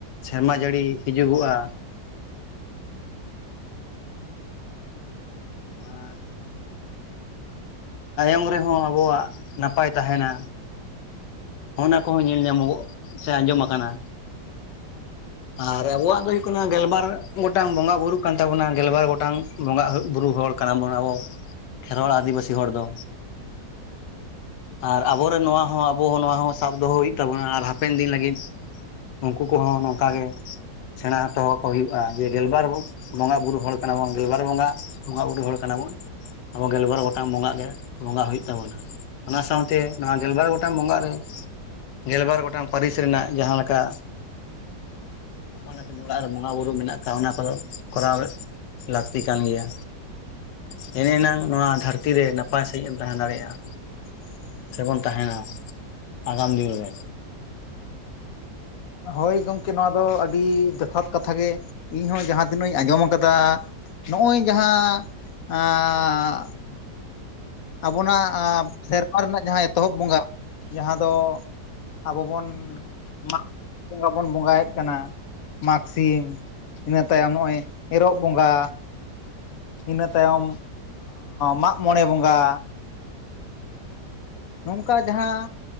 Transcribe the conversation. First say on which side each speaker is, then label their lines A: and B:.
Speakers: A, on the left; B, on the left.
A: ᱥᱮᱨᱢᱟ ᱡᱟᱹᱲᱤ ᱦᱤᱡᱩᱜᱚᱜᱼᱟ ᱟᱨ ᱛᱟᱭᱚᱢ ᱨᱮᱦᱚᱸ ᱟᱵᱚᱣᱟᱜ ᱱᱟᱯᱟᱭ ᱛᱟᱦᱮᱱᱟ ᱚᱱᱟ ᱠᱚᱦᱚᱸ ᱧᱮᱞ ᱧᱟᱢᱚᱜᱚᱜ ᱥᱮ ᱟᱸᱡᱚᱢ ᱟᱠᱟᱱᱟ ᱟᱨ ᱟᱵᱚᱣᱟᱜ ᱫᱚ ᱦᱩᱭᱩᱜ ᱠᱟᱱᱟ ᱜᱮᱞᱵᱟᱨ ᱜᱚᱴᱟᱝ ᱵᱚᱸᱜᱟ ᱵᱩᱨᱩᱜ ᱠᱟᱱ ᱛᱟᱵᱚᱱᱟ ᱜᱮᱞᱵᱟᱨ ᱜᱚᱴᱟᱝ ᱵᱚᱸᱜᱟ ᱵᱩᱨᱩ ᱦᱚᱲ ᱠᱟᱱᱟ ᱵᱚᱱ ᱟᱵᱚ ᱠᱷᱮᱨᱣᱟᱞ ᱟᱹᱫᱤᱵᱟᱹᱥᱤ ᱦᱚᱲ ᱫᱚ ᱟᱨ ᱟᱵᱚᱨᱮᱱ ᱱᱚᱣᱟ ᱦᱚᱸ ᱟᱵᱚ ᱱᱚᱣᱟ ᱦᱚᱸ ᱥᱟᱵ ᱫᱚᱦᱚ ᱦᱩᱭᱩᱜ ᱛᱟᱵᱚᱱᱟ ᱟᱨ ᱦᱟᱯᱮᱱ ᱫᱤᱱ ᱞᱟᱹᱜᱤᱫ ᱩᱱᱠᱩ ᱠᱚᱦᱚᱸ ᱱᱚᱝᱠᱟ ᱜᱮ ᱥᱮᱬᱟ ᱦᱚᱴᱚ ᱟᱠᱚ ᱦᱩᱭᱩᱜᱼᱟ ᱡᱮ ᱜᱮᱞᱵᱟᱨ ᱵᱚᱸᱜᱟ ᱵᱩᱨᱩ ᱦᱚᱲ ᱠᱟᱱᱟᱵᱚᱱ ᱜᱮᱞᱵᱟᱨ ᱵᱚᱸᱜᱟ ᱵᱚᱸᱜᱟ ᱵᱩᱨᱩ ᱦᱚᱲ ᱠᱟᱱᱟ ᱵᱚᱱ ᱟᱵᱚ ᱜᱮᱞᱵᱟᱨ ᱜᱚᱴᱟᱝ ᱵᱚᱸᱜᱟ ᱜᱮ ᱵᱚᱸᱜᱟ ᱦᱩᱭᱩᱜ ᱛᱟᱵᱚᱱᱟ ᱚᱱᱟ ᱥᱟᱶᱛᱮ ᱱᱚᱣᱟ ᱜᱮᱞᱵᱟᱨ ᱜᱚᱴᱟᱝ ᱵᱚᱸᱜᱟ ᱨᱮ ᱜᱮᱞᱵᱟᱨ ᱜᱚᱴᱟᱝ ᱯᱟᱹᱨᱤᱥ ᱨᱮᱱᱟᱜ ᱡᱟᱦᱟᱸ ᱞᱮᱠᱟ ᱟᱯᱟᱱ ᱟᱹᱯᱤᱱ ᱚᱲᱟᱜ ᱨᱮ ᱵᱚᱸᱜᱟ ᱵᱩᱨᱩ ᱢᱮᱱᱟᱜ ᱟᱠᱟᱜᱼᱟ ᱚᱱᱟ ᱠᱚᱫᱚ ᱠᱚᱨᱟᱣ ᱞᱟᱹᱠᱛᱤ ᱠᱟᱱ ᱜᱮᱭᱟ ᱛᱮᱱ ᱮᱱᱟᱝ ᱱᱚᱣᱟ ᱫᱷᱟᱹᱨᱛᱤ ᱨᱮ ᱱᱟᱯᱟᱭ ᱥᱟᱦᱤᱡ ᱮᱢ ᱛᱟᱦᱮᱸ ᱫᱟᱲᱮᱭᱟᱜᱼᱟ
B: <inaudible>
A: ᱛᱮᱵᱚᱱ ᱛᱟᱦᱮᱱᱟ ᱟᱜᱟᱢ ᱫᱤᱱ ᱨᱮ
B: ᱦᱳᱭ ᱜᱚᱢᱠᱮ ᱱᱚᱣᱟ ᱫᱚ ᱟᱹᱰᱤ ᱡᱚᱛᱷᱟᱛ ᱠᱟᱛᱷᱟ ᱜᱮ ᱤᱧᱦᱚᱸ ᱡᱟᱦᱟᱸ ᱛᱤᱱᱟᱹᱜ ᱤᱧ ᱟᱸᱡᱚᱢ ᱠᱟᱫᱟ ᱱᱚᱜᱼᱚᱭ ᱡᱟᱦᱟᱸ ᱟᱸᱻ ᱟᱵᱚᱱᱟᱜ ᱥᱮᱨᱢᱟ ᱨᱮᱱᱟᱜ ᱡᱟᱦᱟᱸ ᱮᱛᱚᱦᱚᱵ ᱵᱚᱸᱜᱟ ᱡᱟᱦᱟᱸ ᱫᱚ ᱟᱵᱚ ᱵᱚᱱ ᱢᱟᱜᱽ ᱵᱚᱸᱜᱟ ᱵᱚᱱ ᱵᱚᱸᱜᱟᱭᱮᱜ ᱠᱟᱱᱟ ᱢᱟᱜᱽ ᱥᱤᱢ ᱤᱱᱟᱹ ᱛᱟᱭᱚᱢ ᱱᱚᱜᱼᱚᱭ ᱮᱨᱚᱜ ᱵᱚᱸᱜᱟ ᱤᱱᱟᱹ ᱛᱟᱭᱚᱢ ᱢᱟᱜᱽ ᱢᱚᱬᱮ ᱵᱚᱸᱜᱟ ᱱᱚᱝᱠᱟ ᱡᱟᱦᱟᱸ